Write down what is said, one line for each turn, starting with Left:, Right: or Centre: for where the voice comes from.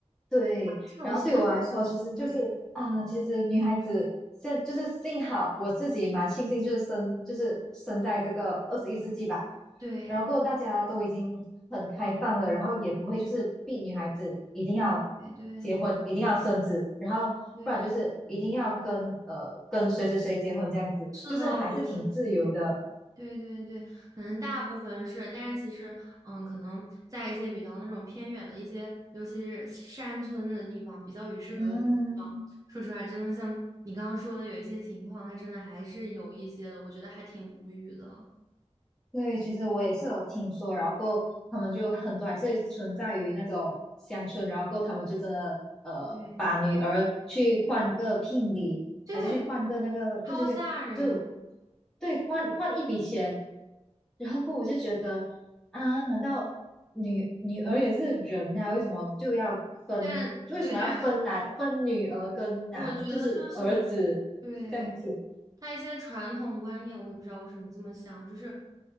Centre: 对，
Right: 这种事情，
Centre: 然后对我来说，其实就是啊，
Right: 对，
Centre: 其实女孩子现就是幸好我自己蛮庆幸，就是生就是生在这个二十一世纪吧，
Right: 对。
Centre: 然后过后大家都已经很开放了，然后也不会就是逼女孩子一定要
Right: 对对
Centre: 结婚，一定要生子，然后不然就是一定要跟呃跟谁谁谁结婚这样子，
Right: 对，是的，
Centre: 就是还是挺自由的。
Right: 我觉得对对对对，可能大部分是，但是其实，嗯，可能在一些比较那种偏远的一些，尤其是山村的地方，比较与世隔绝的地方，
Centre: 嗯
Right: 说实话，真的像你刚刚说的，有一些情况，它真的还是有一些的，我觉得还挺无语的。
Centre: 对，其实我也是有听说，然后过后他们就很多还是存在于那种乡村，然后过后他们就真的呃把女儿去换个聘礼，
Right: 对对对，
Centre: 还是去换个那个，对对对，
Right: 超吓人。
Centre: 就对换换一笔钱，然后过后我就觉得啊，难道女女儿也是人啊？为什么就要分？
Right: 但对呀，
Centre: 为什么要分来分女儿跟男，
Right: 我觉得就是
Centre: 就是儿子这样子？
Right: 对，他一些传统观念，我也不知道为什么这么想，就是